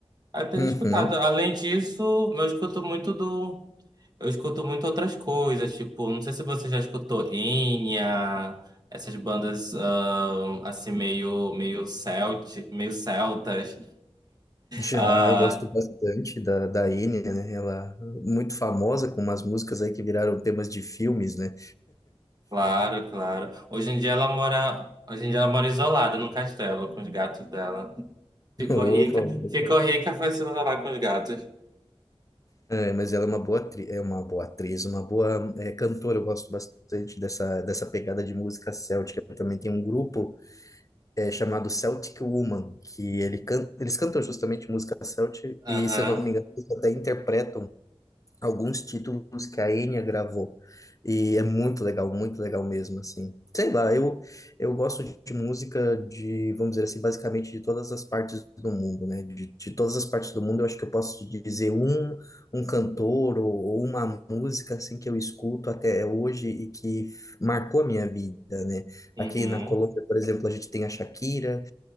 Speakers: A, on the right; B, on the left.
A: Aí tenho
B: uhum.
A: escutado. Além disso, eu escuto muito do. Eu escuto muito outras coisas, tipo, não sei se você já escutou Enya, essas bandas ah, assim meio meio celt, meio celtas.
B: Já,
A: ah,
B: eu gosto bastante da, da Enya, né? Ela é muito famosa com umas músicas aí que viraram temas de filmes, né?
A: Claro, claro. Hoje em dia ela mora, hoje em dia ela mora isolada num castelo com os gatos dela.
B: <laughs>
A: Ficou rica,
B: Ufa, ufa.
A: ficou rica, foi se isolar com os gatos.
B: É, mas ela é uma boa atri- é uma boa atriz, uma boa é, cantora. Eu gosto bastante dessa, dessa pegada de música céltica. Também tem um grupo é, chamado Celtic Woman, que ele canta, eles cantam justamente música céltica,
A: Aham.
B: e se eu não me engano, eles até interpretam alguns títulos que a Enya gravou. E é muito legal, muito legal mesmo, assim. Sei lá, eu, eu gosto de música de, vamos dizer assim, basicamente de todas as partes do mundo, né? De, de todas as partes do mundo, eu acho que eu posso te dizer um, um cantor ou, ou uma música, assim, que eu escuto até hoje e que marcou a minha vida, né?
A: Uhum.
B: Aqui na Colômbia, por exemplo, a gente tem a Shakira,